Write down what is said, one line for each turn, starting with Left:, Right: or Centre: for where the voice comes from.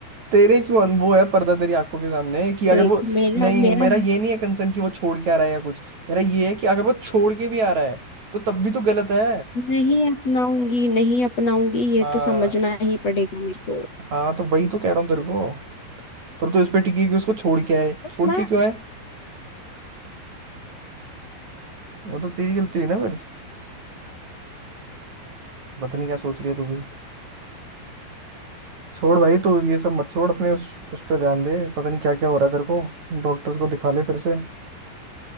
Right: तेरे क्यों अन- वो है पर्दा तेरी आंखों के सामने है कि अगर
Left: देख
Right: वो
Left: मेरा
Right: नहीं
Left: मेरा
Right: मेरा ये नहीं है कंसर्न कि वो छोड़ के आ रहा है या कुछ मेरा ये है कि अगर वो छोड़ के भी आ रहा है तो तब भी तो गलत है
Left: नहीं अपनाऊंगी नहीं अपनाऊंगी ये
Right: हाँ
Left: तो समझना ही पड़ेगा मेरे को
Right: हाँ तो वही तो कह रहा हूँ तेरे को पर तू इस पे टिकी कि उसको छोड़ के आए
Left: बस
Right: छोड़
Left: मैं
Right: के क्यों आए वो तो तेरी गलती हुई ना फिर पता नहीं क्या सोच रही है तू भी छोड़ भाई तो ये सब मत छोड़ अपने उस उस पे ध्यान दे पता नहीं क्या क्या हो रहा है तेरे को डॉक्टर्स को दिखा ले फिर से